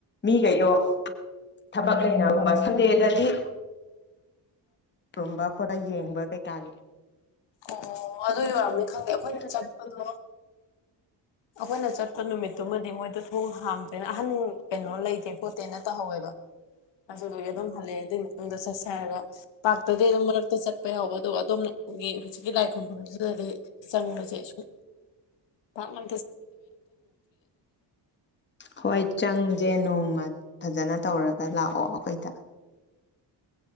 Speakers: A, on the left; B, on the left.
A: ꯃꯤꯈꯩꯗꯣ ꯊꯕꯛ ꯂꯩꯅꯕꯒꯨꯝꯕ ꯐꯗꯗꯗꯤ ꯔꯨꯝꯕ ꯈꯣꯠꯇ ꯌꯦꯡꯕ ꯀꯩꯀꯥꯒꯤ
B: ꯑꯣ ꯑꯗꯨ
A: ꯑꯣ
B: ꯑꯣꯏꯔꯝꯅꯤ
A: ꯑꯗꯨ
B: ꯈꯪꯗꯦ ꯑꯩꯈꯣꯏꯅ ꯆꯠꯄꯗꯣ ꯑꯩꯈꯣꯏꯅ ꯆꯠꯄ ꯅꯨꯃꯤꯠꯇꯨꯃꯗꯤ ꯃꯣꯏꯗ ꯊꯣꯡ ꯍꯥꯡꯗ꯭ꯔꯦꯅ ꯑꯍꯟ ꯀꯩꯅꯣ ꯂꯩꯇꯦ ꯈꯣꯠꯇꯦꯅ ꯇꯧꯍꯧꯋꯦꯕ ꯑꯗꯨꯗꯨꯒꯤ ꯑꯗꯨꯝ ꯍꯜꯂꯛꯑꯦ ꯑꯗꯨꯏ ꯃꯇꯨꯡꯗ ꯆꯠꯁꯦ ꯍꯥꯏꯔꯒ ꯄꯥꯛꯔꯇꯗꯤ ꯑꯗꯨꯝ ꯃꯔꯛꯇ ꯆꯠꯄ ꯌꯥꯎꯕ ꯑꯗꯨꯒ ꯑꯗꯣꯝꯒꯤ ꯍꯧꯖꯤꯛꯀꯤ ꯂꯥꯏ ꯈꯨꯔꯐꯝꯁꯤꯗꯗꯤ ꯆꯪꯕꯁꯦ ꯁꯨꯝ ꯐꯂ
A: ꯍꯣꯏ ꯆꯪꯁꯦ ꯅꯣꯡꯃ ꯐꯖꯅ ꯇꯧꯔꯒ ꯂꯥꯛꯑꯣ ꯑꯩꯈꯣꯏ